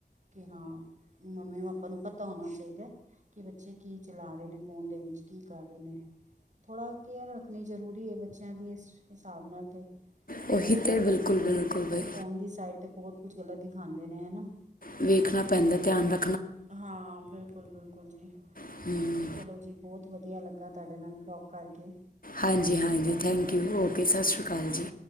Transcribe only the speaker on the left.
ਉਹੀ
ਤੇ ਬਿਲਕੁਲ
ਬਿਲਕੁਲ ਬਈ
ਵੇਖਨਾ ਪੈਂਦਾ ਧੇਆਨ ਰ
<inaudible>
ਹਾਂਜੀ, ਹਾਂਜੀ ਥੈਂਕ ਯੂ ਓਕੇ ਸਾਸ਼੍ਰੀ ਕਾਲ ਜੀ